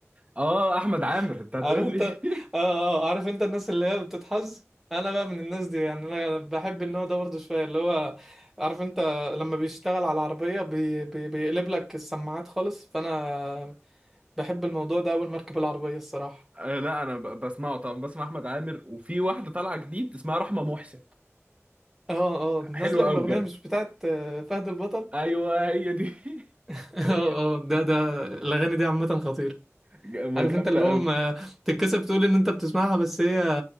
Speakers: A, on the right; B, in the centre.
A: اه احمد عامر
B: <laughs>
A: انت هتقول
B: عارف
A: لي
B: انت اه
A: <laughs>
B: اه عارف انت الناس اللي هي بتتحظ انا بقى من الناس دي يعني انا بحب النوع ده برضه شويه اللي هو عارف انت لما بيشتغل على العربيه بي... بي... بيقلب لك السماعات خالص فانا بحب الموضوع ده اول ما اركب العربيه الصراحه
A: آه، لا انا ب- بسمعه طبعا بسمع احمد عامر وفي واحده طالعه جديد اسمها رحمه محسن
B: اه اه نازله
A: حلوه
B: بالاغنيه
A: قوي بجد
B: مش بتاعت آه، فهد البطل
A: ايوه هي دي <laughs>
B: <laughs> اه
A: هي
B: اه ده ده الاغاني دي عامه خطيره
A: ج- ما
B: عارف
A: جامده
B: انت اللي هو
A: قوي
B: ما تتكسف تقول ان انت بتسمعها بس هي